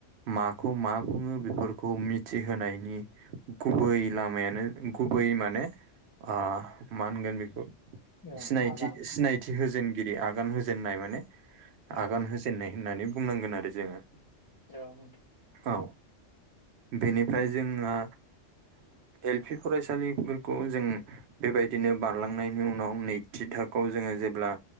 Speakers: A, on the right; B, on the left.
A: माखौ मा बुङो बेफोरखौ मिथिहोनायनि गुबै लामायानो गुबै माने मा होनगोन बेखौ
B: औ
A: सिनायथि
B: आगान
A: सिनायथि होजेनगिरि आगान होजेननाय माने
B: औ
A: आगान होज होन्नाय होननानै बुंनांगोन आरो जोङो
B: औ नोंथा
A: औ बेनिफ्राय जोङो एल पि फरायसालिफोरखौ जों बेबायदिनो बारलांनायनि उनाव नै थि थाखोआव जोङो जेब्ला